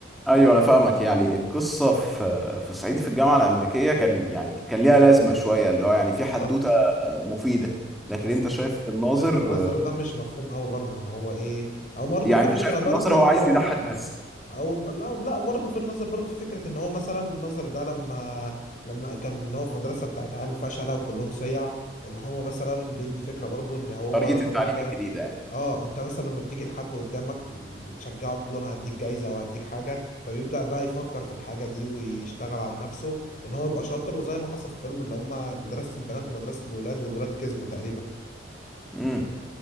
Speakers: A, in the centre; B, on the left.
A: ايوه انا فاهمك يعني القصه في في صعيدي في الجامعه الامريكيه كان يعني كان ليها لازمه شويه اللي هو يعني
B: بالظبط
A: في حدوته مفيده لكن
B: أص-
A: انت شايف في الناظر
B: فيلم النظر ده مش مفهوم قوي برضه ان هو ايه او برضه
A: يعني
B: في
A: انت
B: فكرة
A: شايف في
B: برضه
A: الناظر هو
B: ان
A: عايز
B: هو
A: يضحك بس
B: او ب- لا لا برضه في النظر برضه في فكره ان هو مثلا النظر ده لما لما كان إن هو في مدرسه بتاعت عيال فشله وكلهم صيع وان هو مثلا بيدي فكره برضه ان هو
A: طريقه
B: لو
A: التعليم
B: انت
A: الجديده يعني
B: اه انت مثلا لما بتيجي لحد قدامك بتشجعه تقول له انا هديك جايزه او هديك حاجه فبيبدا بقى يفكر في الحاجه دي ويشتغل على نفسه وان هو يبقى شاطر وزي ما حصل في فيلم اللي هم مدرسه البنات ومدرسه الولاد والولاد كسبوا تقريبا
A: امم